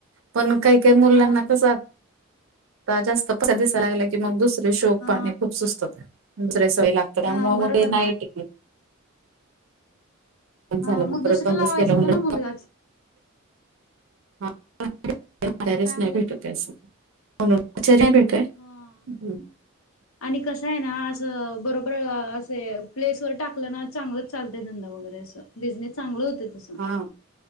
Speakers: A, on the right; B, on the left.
A: पण काही काही मुलांना
B: हा
A: कसं जास्त दिसायला लागलं की मग दुसरे शोक
B: हा
A: पाणी खूप सुस्त. दुसरे सोई लागतात त्यामुळ
B: हा
A: मग
B: बरोबर
A: ते नाईट.
B: ना
A: पण झालं
B: हा
A: मग परत
B: दुसरं लावायचं
A: कस केलं
B: होतं
A: म्ह
B: ना
A: <unintelligible>
B: मुलगाच
A: <unintelligible> हच
B: काय
A: नाही
B: म्हणला
A: भेटत
B: तर
A: असं. हो आचर नाही भेट <unintelligible>
B: हा <inaudible> आणि कसं आहे ना असं बरोबर असे प्लेसवर टाकलं ना चांगलंच चालतंय धंदा वगैरे असं. बिझनेस चांगलं होत तस.
A: ह